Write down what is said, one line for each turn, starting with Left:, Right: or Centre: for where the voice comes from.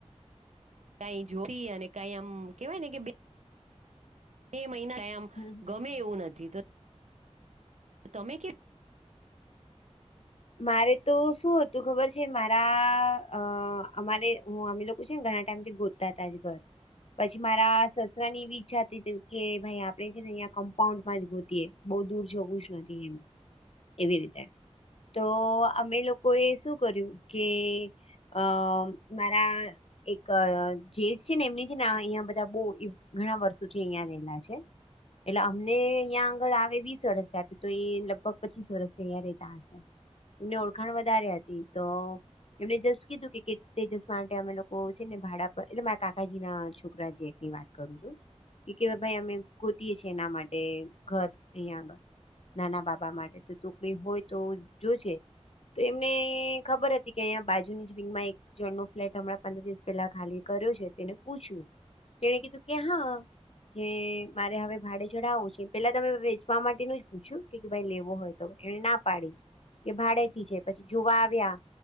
Right: કઈ જોતી અને કઈ આમ કેવાય ને કે. બે મહિના આમ
Left: હમ હમ
Right: ગમે એવું નથી તો. તો તમે કેવી.
Left: મારે તો શું હતું ખબર છે મારા અ અમારે હું અમે લોકો છે ને. ના ટાઈમથી ગોતા તજ ઘર. પછી મારા સસરા ની એવી ઈચ્છા હતી કે ભાઈ આપડે છે ને અ કમ્પાઉન્ડમાં જ ગોતી. બહ દૂર છકુશ નથી એમ એવી રીતે. તો અમે લોકો એ શું કર્યું કે. અ મારા એક જેઠ છે ને એમની છે ને અહિયાં બધા બ. ઘણા વર્ષોથી અહિયાં રહેલા છે. એટલે અમને અહં આગળ આવે વીસ વર્ષ હતું તો એ લગભગ પચીસ વર્ષથી અહિયાયા રેતા હશે. તની ઓળખાણ વધારે હતી તો. એમને જસ્ટ કીધું કે કે તેજસ માટે અમે લોકો છે ને ભાડા પર એટલે મારા કાકાજી ના છોકરા છે. વાત કરું છું ભાઈ અમે ગોતીએ છીએ એના માટે ઘર અહં આગળ. નાના બાબા માટે તો તું કઈ હોય તો જોજ. તો એમને ખબર હતી કે અહીયા બાજુની જ વિંગમાં એક જણ ન ફ્લેટ હમણાં પંદર દિવસ પહેલા ખાલી. કર છે તેને પૂછ્યું તેને કીધું ક્યા. કે મારે હવે ભાડે ચડાવો છે પેલા તમે વેચવા માટેનું જ પૂછ્યું કે ભાઈ લેવો હોય તો. એને ના પાડી એ ભાડેથી છે પછી જોવા આવ્યા.